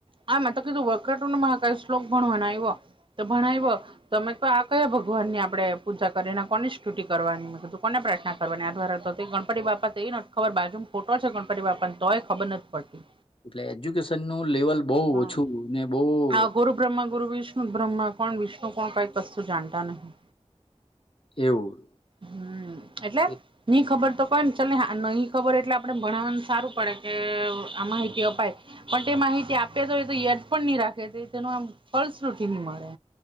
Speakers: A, on the right; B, on the left.
A: હા, મેં તો કીધું <unintelligible> ભણવાના આવ્યો, તો ભણાવ્યો. તો મે કવ આ કયા ભગવાન ની આપણેે પૂજા કરીએ ને કોની સ્તુતિ કરવાની? મે કીધું કોને પ્રાર્થના કરવાની આ તો ગણપતિ બાપા તેઇ નથ ખબર બાજુ મ ફોટો છે ગણપતિ બાપા નો, તોય ખબર નથ પડતી
B: એટલે એજ્યુકેશન નું લેવલ બહુ
A: હા.
B: ઓછું ને બહ
A: આ ગુરુ બ્રહ્મા ગુરુ વિષ્ણુ બ્રહ્મ કોણ? વિષ્ણુ કોણ? કઈ કશુ જાણતા નહી.
B: એવું
A: હમ્મ, એટલે
B: એટ
A: ની ખબર તો પણ ચલ ને હા ની નહી ખબર એટલે આપણે ભણાવવાનું સારું પડે કે આ માહિતી અપાય પણ તે માહિતી આપે તો હોય તો યદ પણ નહી રાખે છે, તેનું આમ ફલ સુધી નહી મળે.